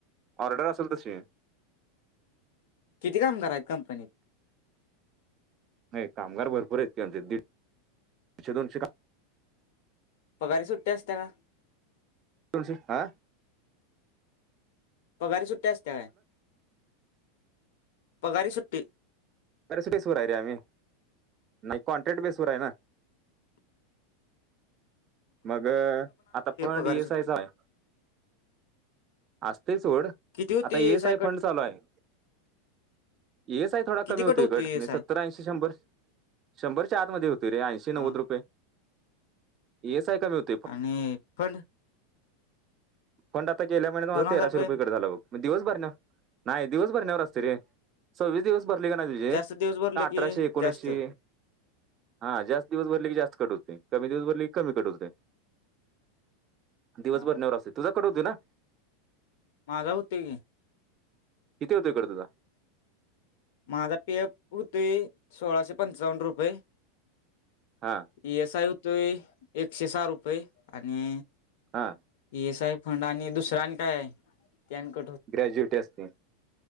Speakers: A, on the right (about 35°); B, on the left (about 70°).
A: ऑर्डर असेल तशी
B: किती कामगार आहेत कंपनीत?
A: नाही कामगार भरपूर आहेतचे दीडशे दोनशे काम
B: पगारी सुट्टी असत्या‌ ना
A: तल आ
B: पगारी सुट्टी असत्या काय? पगारी सुट्टी
A: सटेसवर आहे रे आम्ही नाही कॉन्ट्रॅक्ट बेसवर आहे ना
B: नाही
A: मग आता पण
B: पगारी
A: येयसाचाय
B: सुट्टी
A: असतेच ओड
B: किती होती
A: आता ए एस आय
B: कट
A: फंड चालूय आहे येच आहे थोडा
B: किती
A: कमी होतीकडे
B: कट होती एस
A: सत्तर
B: आय
A: ऐंशी शंभर शंभरच्या आतमध्ये होती रे ऐंशी नव्वद
B: हा
A: रुपये येस आहे का मी होतो
B: आणि पण
A: पण आता गेल्या महिन्यात
B: दोन
A: मला
B: हजार
A: तेराशे
B: पर्यंत
A: रुपयेघट झाला बघ दिवसभर न नाही दिवसभर नवर असते रे सव्वीस दिवस भरली का नाही तुझे
B: जास्त दिवस भरलं
A: अठराशे
B: की
A: एकोणीसशे
B: जास्त
A: हा जास्त दिवस भरले की जास्त कट होते कमी दिवस भरले की कमी कट होते.
B: हा
A: दिवसभर नवरा असते तुझा कट होते ना
B: माझा होते की
A: किती होते कट ताचा
B: माझा पेअप होते सोळाशे पंचावन्न रुपये
A: हां
B: एस आय होतोय एकशे सहा रुपये आणि
A: हा
B: एस आय फंड आणि दुसरा आणि काय आहे त्याक
A: ग्रॅज्युएट असते